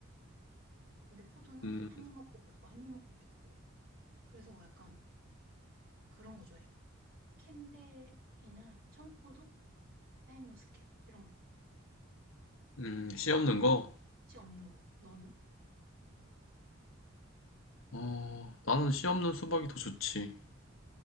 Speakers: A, on the right; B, on the left.
A: 근데 포도는
B: 음,
A: 한 입 먹고 뱉고 한 입 먹고 뱉고 그래서 약간 그런 거 좋아해. 캠벨이나 청포도, 샤인머스켓 이런 거.
B: 음, 씨 없는 거?
A: 씨 없는 거. 너는?
B: 어, 나는 씨 없는 수박이 더 좋지.